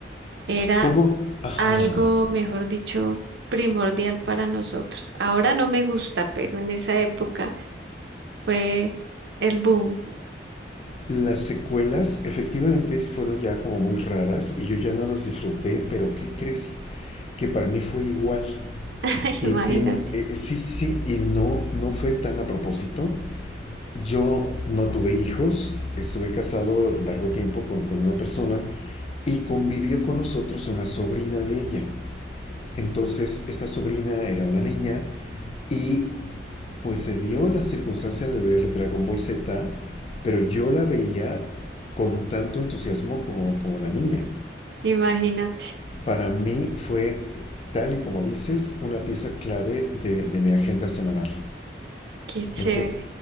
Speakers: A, on the right; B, on the left.
A: Era
B: ¿Cómo? Ajá.
A: algo, mejor dicho, primordial para nosotros. Ahora no me gusta, pero en esa época fue el boom.
B: Las secuelas efectivamente es- fueron ya como muy raras y yo ya no las disfruté, pero ¿qué crees? Que para mí fue igual.
A: <laughs>
B: Y,
A: Imagínate,
B: y n- eh, sí, sí, sí, y no, no fue tan a propósito. Yo no tuve hijos, estuve casado largo tiempo con, con una persona y convivió con nosotros una sobrina de ella. Entonces, esta sobrina era una niña y pues se dio la circunstancia de ver Dragon Ball Z, pero yo la veía con tanto entusiasmo como, como la niña.
A: imagínate,
B: Para mí fue, tal y como dices, una pieza clave de, de mi agenda semanal.
A: qué chévere.
B: Entonces,